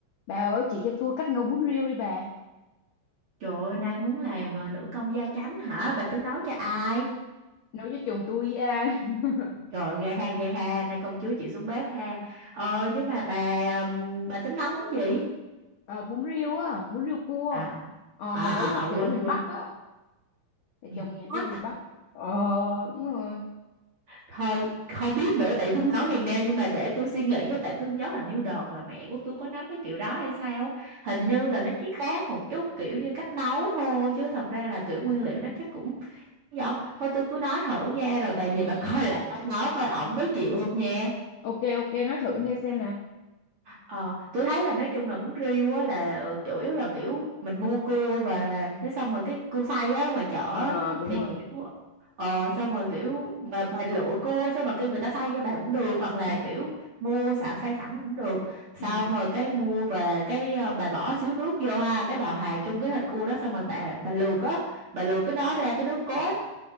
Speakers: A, on the left (about 75°); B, on the right (about 50°).
A: Bà ơi, chị cho tôi cách nấu bún riêu đi bà.
B: Trời ơi, nay muốn làm à, nữ công gia chánh hả? Bà tính nấu cho ai?
A: Nấu cho chồng tôi à. <laughs>
B: Trời ơi, ghê ha, ghê ha. Nay công chúa chịu xuống bếp ha. Ờ, nhưng mà bà ừm, bà tính nấu món gì?
A: Ờ, bún riêu á, bún riêu cua.
B: À,
A: Ờ, mà
B: à,
A: nấu
B: à,
A: theo
B: à
A: kiểu
B: quên,
A: miền
B: quên.
A: Bắc á. Thì
B: Miền
A: chồng nhà
B: Bắc.
A: tôi người Bắc. Ờ, đúng rồi.
B: Thôi, không biết nữa tại tôi nói miền Nam nhưng mà để tôi suy nghĩ với tại tôi nhớ hình như đợt là mẹ của tôi có nấu cái kiểu đó hay sao á. Hình
A: Ừ,
B: như là nó chỉ khác một chút kiểu như cách nấu thôi chứ thật ra là kiểu nguyên liệu nó chắc cũng giống. Thôi tôi cứ nói thử nha rồi bà
A: ừ.
B: về bà <laughs> coi lại coi nấu coi ổng có chịu không nha.
A: Ok, ok, nói thử nghe xem nè.
B: Ờ, tôi thấy là nói chung là bún riêu á là ờ, chủ yếu là kiểu mình mua cua về cái xong rồi cái cua xay á ngoài chợ
A: Ờ,
B: á,
A: đúng
B: thì
A: rồi.
B: kiểu ờ xong rồi kiểu mà bà lựa cua xong mà kêu người ta xay cho bà cũng được hoặc là
A: Ừ,
B: kiểu mua xạo xay sẵn cũng được xong
A: ừ,
B: rồi cái mua về cái ờ, bà bỏ xíu nước vô ha cái bà hòa chung cái thịt cua đó xong rồi bà bà luộc á bà luộc cái nó ra cái nước cốt